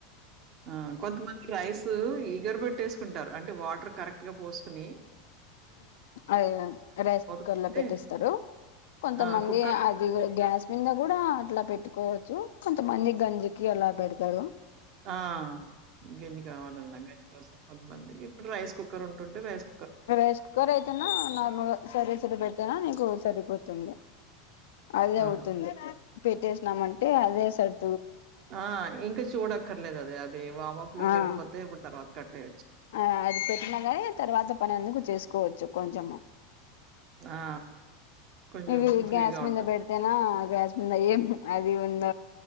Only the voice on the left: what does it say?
అదే రైస్
కుక్కర్
లో పెట్టిస్తారు కొంతమంది
అది గ్యాస్ నిన్న కూడా అట్లా పెట్టుకోవచ్చు కొంతమంది గంజికి అలా పెడతారు
ప్రవేశకుర్ అయితేనా నార్మల్ సరే సర బ నా నీకు సరిపోతుంది అదే
అవుతుంది పెట్టే న్నామంటే అదే సడ్
ఆ
ఆ అది పెట్టిన కానీ తర్వాత పని అందుకు చేసు కోవచ్చు కొంచము
ఇవి
గ్యాస్ మీద
పెడుతేనా గ్యాస్ ఉంద ఏం అది ఉంద